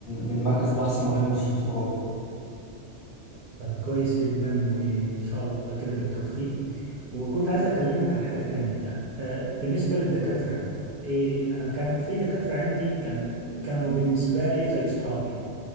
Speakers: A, on the left; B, on the right.
A: من مركز بحث مهم في, في اوروبا
B: طب كويس جدا وان شاء الله كده بالتوفيق وكنت عايز اكلمك على حاجة تانية آه، بالنسبة للدكاترة ايه انا كانت في دكاترة عندي كان كانوا بالنسبة لي زي اصحابي